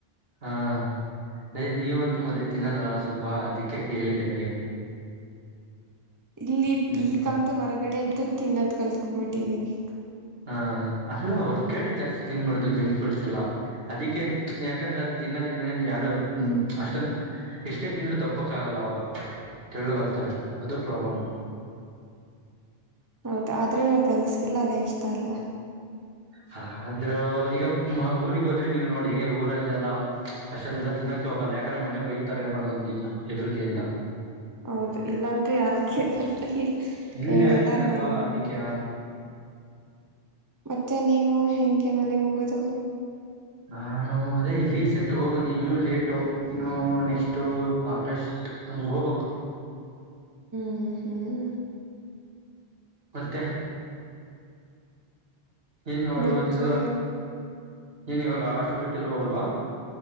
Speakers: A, on the right; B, on the right.
A: ಹಾ ಅದೇ ನೀವಂತೂ ಮೊದಲೇ ತಿನ್ನಲ್ಲಲ್ಲಲ್ಲ ಸ್ವಲ್ಪ ಅದಿಕ್ಕೆ ಕೇಳಿದ್ದಂಗೆ
B: ಇಲ್ಲಿ
A: ಹ್ಮ್
B: ಈಗಂತ ಹೊರಗಡೆ ಇದ್ದು ತಿನ್ನದ್ ಕಲ್ಕೊ ಬಿಟ್ಟಿದ್ದೀನಿ
A: ಹಾ ಅಲ್ಲ ಹೊರ್ಗಡೆ ಜಾಸ್ತಿ ತಿನ್ಬಾರ್ದು ಜಂಕ್ ಫ್ರೂಟ್ಸ್ ಎಲ್ಲ ಅದಕ್ಕೆ ಯಾಕಂದ್ರೆ ಅದನ್ನ ತಿನ್ನೋದ್ರಿಂದ ಯಾರು ಅಷ್ಟೊಂದ ಎಷ್ಟೇ ತಿಂದ್ರೂ ದಪ್ಪಕ್ಕ ಆಗಲ್ಲ ಅವಾಗ ತಳ್ಳಗ್ ಆಕ್ತಾರ ಅದು ಪ್ರಾಬ್ಲಮ್
B: ಹೌದ ಆದ್ರೆ ಗರ್ಲ್ಸ್ ಗೆಲ್ಲ ಅದೇ ಇಷ್ಟ ಅಲ್ವಾ
A: ಹಾ ಅಂದ್ರ ಈಗ ಊರಿಗ್ ಹೋದ್ರೆ ನೀವ್ ನೋಡಿ ಊರಲ್ಲೆಲ್ಲಾ ಅಷ್ಟೊಂದೆಲ್ಲ ತಿನ್ನಕ್ಕೆೆ ಹೋಗಲ್ಲ ಯಾಕಂದ್ರೆ ಮನೆ ಬೈತಾರೆ ಅನ್ನೋದೊಂದ ಇದ್ರ ಎದರಿಕೆಯಿಂದ
B: ಹೌದು ಇಲ್ಲಂತ ಯಾರು ಕೇಳಲ್ಲ ಇ
A: ಇಲ್ಲಿ
B: ಹೇಳಲ್ಲ
A: ಯಾರಿದ್ರಲ್ಲ
B: ನಮ್
A: ಅದಕ್ಕೆ
B: ಮತ್ತೆ ನೀವು ಹೆಂಗೆ ಮನೆಗ್ ಹೋಗೋದು
A: ನಾನು ಅದೇ ರೀಸೆಂಟ್ಗ ಹೋಗ್ಬನ್ನೆ ಇನ್ನುೂ ಲೇಟು ಇನ್ನು ನೆಕ್ಸ್ಟ್ ಆಗಸ್ಟ್ ಹಂಗ ಹೋಗ್ಬೇಕು
B: ಹ್ಮ್ ಹ್ಮ್
A: ಮತ್ತೆ ಏನು
B: ಮತ್ತೆ
A: ಇವತ್ತು ಏನ್ ಇವಾಗ ಹಾಸ್ಟೆಲ್ ಬಿಟ್ಟ ಎಲ್ಲೂ ಹೋಗಲ್ವಾ